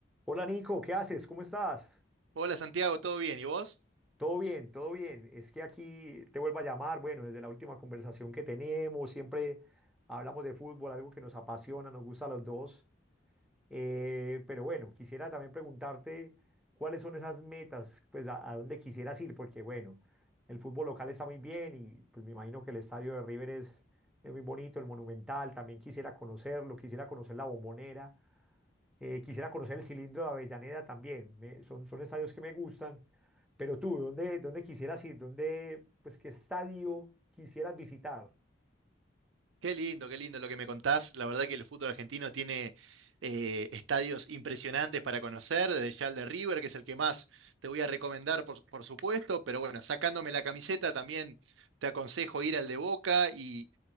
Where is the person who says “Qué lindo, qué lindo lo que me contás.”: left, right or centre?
Right